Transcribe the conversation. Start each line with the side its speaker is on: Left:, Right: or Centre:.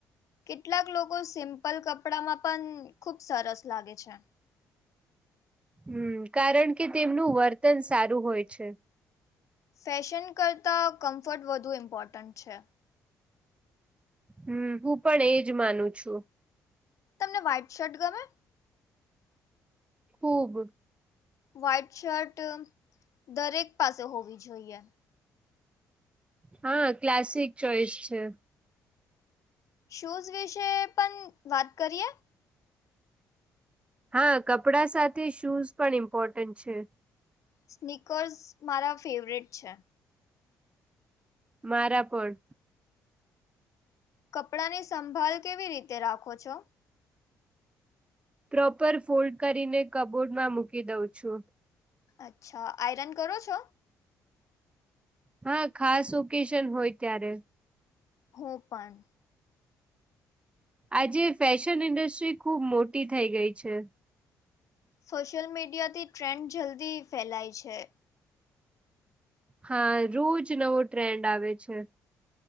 Left: કેટલાક લોકો સિમ્પલ કપડામાં પણ ખુબ સરસ લાગે છે.
Right: હમ કારણ કે તેમનું વર્તન સારું હોય છે.
Left: ફેશન કરતાં કમ્ફર્ટ વધુ ઇમ્પોર્ટન્ટ છે.
Right: હમ હું પણ એજ માનું છુ.
Left: તમને વ્હાઈટ શર્ટ ગમે
Right: ખૂબ
Left: વ્હાઈટ શર્ટ દરેક પાસે હોવી જોઈએ.
Right: હા ક્લાસિક ચોઈસ છે.
Left: શૂઝ વિશે પણ વાત કરીએ
Right: હા કપડા સાથે શૂઝ પણ ઇમ્પોર્ટન્ટ છે.
Left: સ્નીકર્સ મારા ફેવરેટ છે.
Right: મારા પણ
Left: કપડા ની સંભાળ કેવી રીતે રાખો છો.
Right: પ્રોપર ફોલ્ડ કરીને કબોર્ડમાં મૂકી દઉં છુ.
Left: અચ્છા આયરન કરો છો.
Right: હા ખાસ ઓકેશન હોય, ત્યારે
Left: હ પણ
Right: આજે ફેશન ઇન્ડસ્ટ્રી ખુબ મોટી થઇ ગઈ છે.
Left: સોશિયલ મીડિયાથી ટ્રેન્ડ જલ્દી ફેલાય છે.
Right: હા રોજ નવો ટ્રેન્ડ આવે છે.